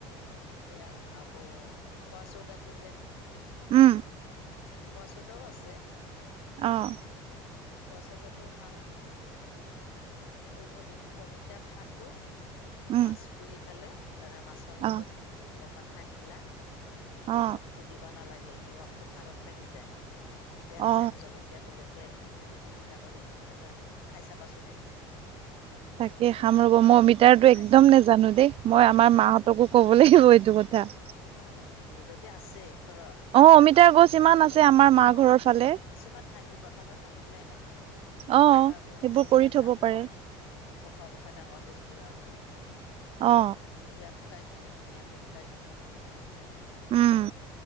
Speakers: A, on the left (about 85°); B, on the right (about 50°).
A: সেইয়া আকৌ খোৱা চউদাটো যে
B: উম
A: খোৱা চউদাও আছে
B: অহ
A: খোৱা চউদাটো খাও কিন্তু অমিতা-অমিতাৰ খাৰটো
B: উম
A: মাছ পুৰি ফেলে, ধৰা মাছৰ লগত
B: অ
A: অকমান সানিলা
B: অ
A: নিমখতো দিব নালাগে, নিমখতটো খাৰত থাকি যায়। তেল-চেল
B: অ
A: জলকীয়া তলকীয়া দি তুমি পিটিকা কৰি, ধুনীয়াকে খাই চাবাচোন এদিন
B: তাকে খাম ৰব, মই অমিতাৰ
A: অ,
B: টো
A: খাই
B: একদম নেজানো দেই, মই আমাৰ মাহঁতকো ক'ব লাগিব এইটো কথা।
A: উম, যদি আছে ঘৰত
B: অ অমিতাৰ গছ
A: যেতিয়া
B: ইমান
A: অমিতা
B: আছে
A: ডাল
B: আমাৰ মা
A: অ,
B: ঘৰৰ ফালে
A: কিছুমান ভাঙি, বতাহত ভাঙি যায় নহয়।
B: অ
A: বা
B: সেইবোৰ
A: গছডাল
B: কৰি থব
A: ডাল ওখ-ওখ-ওখ
B: পাৰে
A: ডাঙৰ হ'ল, বুঢ়া হ'ল।
B: অ
A: তেতিয়া শুকাই কিনে, ধুনীয়াকে শুকাই কিনে
B: উম